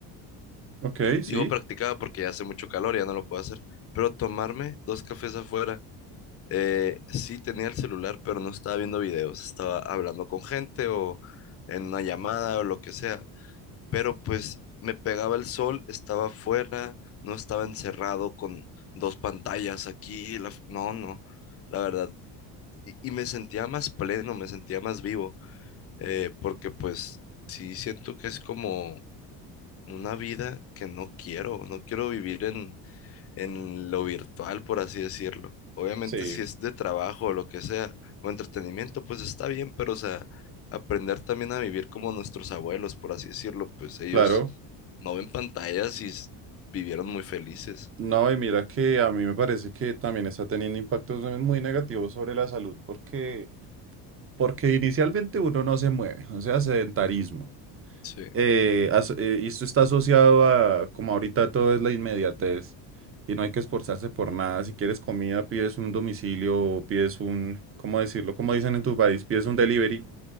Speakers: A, on the right; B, on the left.
A: Ok,
B: Digo
A: sí,
B: practicaba porque ya hace mucho calor, ya no lo puedo hacer. Pero tomarme dos cafés afuera, eh, sí tenía el celular, pero no estaba viendo videos, estaba hablando con gente o en una llamada o lo que sea. Pero pues me pegaba el sol, estaba afuera, no estaba encerrado con dos pantallas aquí. la f- No, no, la verdad. Y, y me sentía más pleno, me sentía más vivo, eh, porque pues sí siento que es como una vida que no quiero, no quiero vivir en en lo virtual, por así decirlo. Obviamente
A: sí,
B: si es de trabajo o lo que sea, o entretenimiento, pues está bien, pero o sea, aprender también a vivir como nuestros abuelos, por así decirlo, pues ellos
A: claro.
B: no ven pantallas y s- vivieron muy felices.
A: No, y mira que a mí me parece que también está teniendo impactos muy negativos sobre la salud porque, porque inicialmente uno no se mueve, o sea, sedentarismo.
B: Sí.
A: Eh, as- eh, y esto está asociado a, como ahorita todo es la inmediatez y no hay que esforzarse por nada. Si quieres comida, pides un domicilio o pides un, ¿cómo decirlo? Como dicen en tu país, pides un delivery